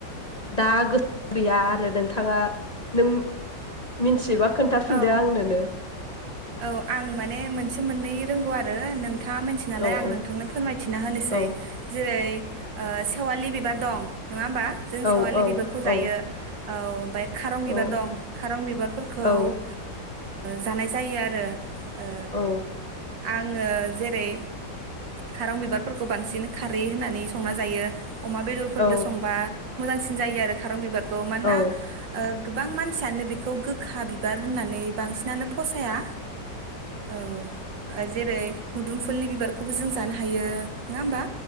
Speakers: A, on the left; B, on the right.
A: दा गोसो गैया आरो नोंथाङा नों मिन्थियोबा खोन्थाफिनदो
B: औ
A: आंनोनो
B: औ आं माने मोनसे मोननै रोंगौ आरो। रो नों नोंथाङा मिथिया नालाय
A: औ
B: आं
A: औ
B: नोंथांनो फोरमायथिना होनोसै
A: औ
B: जेरै ओ सि खेवालि बिबार दं नङा होमबा। जों
A: औ
B: सेवालि
A: औ
B: बिबारखौ जायो।
A: औ
B: औ बे खारं बिबार
A: औ
B: दं खारं बिबारफोरखौ
A: औ
B: ओ जानाय जायो आरो। ओ
A: औ
B: आंङो जेरै खारं बिबारफोरखौ बांसिन खारै होननानै संना जायो। अमा बेदरफोरदो
A: औ
B: संबा मोजांसिन जायो आरो खारं बिबार खौ मानोना
A: औ
B: ओ गोबां मानसियानो बेखौ गोखा बि बिबार होननानै बांसिनानो फसाया। औ जेरै मुदुमफुलनि बिबारखौबो जों जानो हायो। नङा होमबा